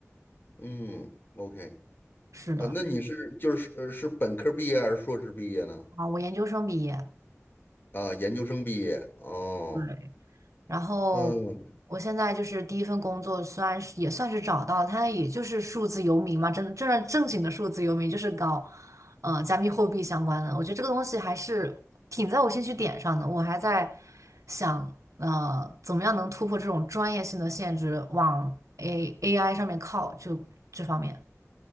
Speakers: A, on the left; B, on the right.
A: 嗯，OK，
B: 是的，
A: 呃，那你是就是呃是本科毕业还是硕士毕业呢？
B: 啊，我研究生毕业。
A: 啊，研究生毕业哦，
B: 对。然后
A: 嗯
B: 我现在就是第一份工作，虽然是也算是找到了，它也就是数字游民嘛，真正正正经的数字游民，就是搞呃加密货币相关的。我觉得这个东西还是挺在我兴趣点上的，我还在想呃怎么样能突破这种专业性的限制，往 A AI 上面靠，就这方面。